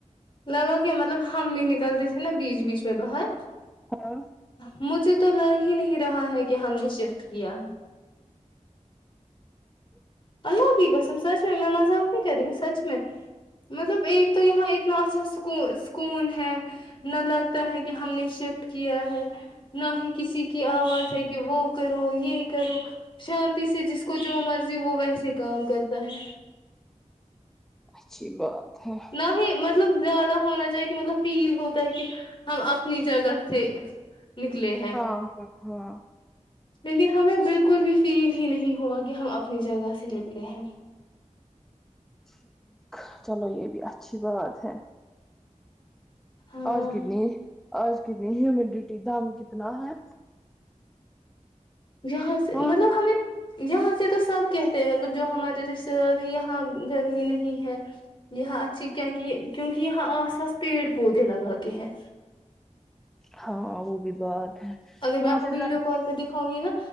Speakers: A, on the left; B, in the centre.
A: لگا کے مطلب ہم بھی نکلتے تھے نا بیچ بیچ میں باہر
B: ہاں
A: مجھے تو لگ ہی نہیں رہا ہے کہ ہم نے شفت کیا ہے اللہ کی قسم سچ میں میں مذاق نہیں کر رہی ہوں سچ میں مطلب ایک تو یہاں اتنا اچھا سکون سکون ہے نہ لگتا ہے کہ ہم نے شفٹ کیا ہے نہ ہی کسی کی آواز ہے کہ وہ کرو یہ کرو شانتی سے جس کو جو مرضی وہ ویسے کام کرتا ہے
B: اچھی بات ہے
A: نہیں مطلب زیادہ ہونا چاہیے کہ مطلب فیل ہوتا ہے کہ ہم اپنی جگہ سے نکلے ہے
B: ہاں ہاں ہاں
A: لیکن ہمیں بالکل بھی فیل ہی نہیں ہوا کہ ہم اپنی جگہ سے نکلے ہیں
B: ٹھیک چلو یہ بھی اچھی بات ہے
A: ہاں
B: آج کتنی آج کتنی ہمیوڈٹی دم کتنا ہے
A: جہاں سے
B: وہاں
A: مطلب
B: پہ
A: ہمیں یہاں سے تو سب کہتے ہیں مطلب جو ہمارے رشتے دار ہیں یہاں گرمی نہیں ہے یہاں اچھی کیا کہ کیونکہ یہاں آس پاس پیڑ پودے لگا کے ہیں
B: ہاں وہ بھی بات ہے
A: اگر
B: وہاں
A: میں آپ کو
B: سے
A: ویڈیو
B: زیادہ
A: کال پر ہوگی نا